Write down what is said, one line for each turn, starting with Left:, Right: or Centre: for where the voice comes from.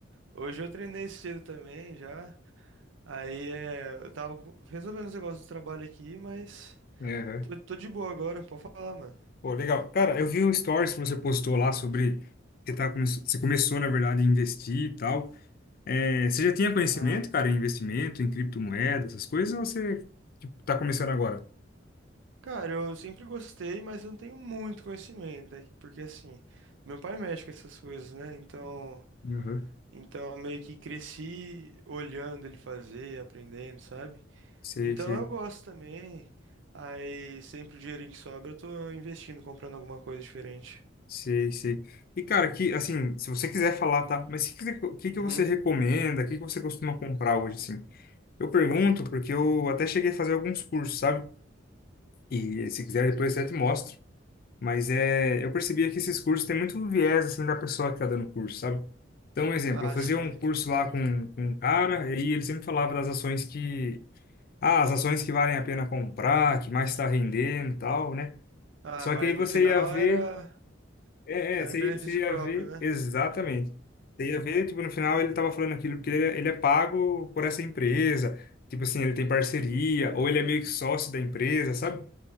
Right: hoje eu treinei cedo também já. Aí é, eu tava com- resolvendo os negócios do trabalho aqui, mas
Left: Aham.
Right: tô, tô de boa agora, pode falar, mano.
Left: Pô, legal. Cara, eu vi um stories que você postou lá sobre que tá, come- você começou, na verdade, a investir e tal. É, você já tinha conhecimento,
Right: Ah.
Left: cara, em investimento, em criptomoeda, essas coisas, ou você, tipo, tá começando agora?
Right: Cara, eu sempre gostei, mas eu não tenho muito conhecimento, né? porque assim, meu pai mexe com essas coisas, né? Então,
Left: Uhum.
Right: então eu meio que cresci olhando ele fazer, aprendendo, sabe?
Left: Sei,
Right: Então
Left: sei,
Right: eu gosto também. Aí sempre o dinheirinho que sobra eu tô investindo, comprando alguma coisa diferente.
Left: sei, sei. E, cara, que, assim, se você quiser falar, tá? Mas o que, que que que
Right: Uhum.
Left: você recomenda? O que, que você costuma comprar hoje, assim? Eu pergunto porque eu até cheguei a fazer alguns cursos, sabe? E se quiser, depois eu até te mostro. Mas é, eu percebia que esses cursos têm muito viés, assim, da pessoa que tá dando o curso, sabe? Então, um exemplo,
Right: Ah,
Left: eu fazia
Right: sim.
Left: um curso lá com, com um cara, e ele sempre falava das ações que Ah, as ações que valem a pena comprar, que mais está rendendo e tal, né?
Right: Ah,
Left: Só
Right: mas
Left: que aí você
Right: no final
Left: ia ver.
Right: era
Left: É,
Right: era
Left: é, você,
Right: benefício
Left: ia você ia
Right: próprio,
Left: ver
Right: né?
Left: exatamente. Você ia ver, tipo, no final ele tava falando aquilo porque ele, é- ele é pago por essa empresa. Tipo assim, ele tem parceria, ou ele é meio que sócio da empresa, sabe?